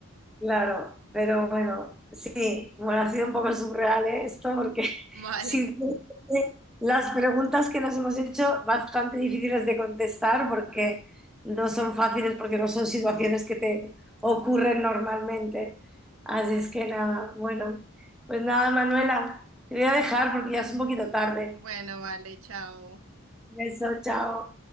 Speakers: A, in the centre; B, on the right.
A: claro, pero bueno, sí, bueno, ha sido un poco surreal, ¿eh? esto, porque <laughs>
B: <laughs> Vale.
A: sí, las preguntas que nos hemos hecho bastante difíciles de contestar porque no son fáciles, porque no son situaciones que te ocurren normalmente. Así es que nada, bueno, pues nada, Manuela, te voy a dejar porque ya es un poquito tarde.
B: Bueno, vale, chao.
A: Beso, chao.